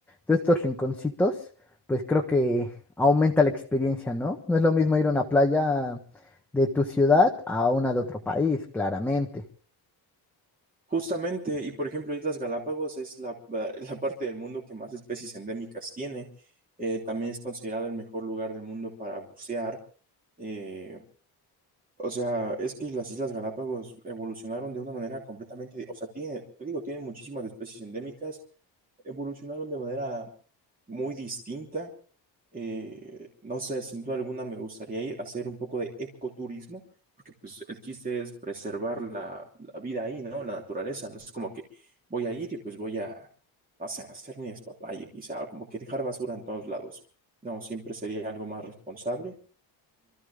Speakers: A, in the centre; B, on the right (about 20°).
A: de estos rinconcitos, pues creo que aumenta la experiencia, ¿no? No es lo mismo ir a una playa de tu ciudad a una de otro país, claramente.
B: Justamente, y por ejemplo, Islas Galápagos es la, la- <laughs> la parte del mundo que más especies endémicas tiene. Eh, también es considerado el mejor lugar del mundo para bucear. eh, o sea, es que las Islas Galápagos evolucionaron de una manera completamente, di- o sea, tiene, te digo, tienen muchísimas especies endémicas, evolucionaron de manera muy distinta. Eh, no sé, sin duda alguna me gustaría ir a hacer un poco de ecoturismo, porque pues el chiste es preservar la, la vida ahí, ¿no? La naturaleza, no es como que voy a ir y pues voy a, o sea, hacer mi despapalle quizá, o como que dejar basura en todos lados. No, siempre sería algo más responsable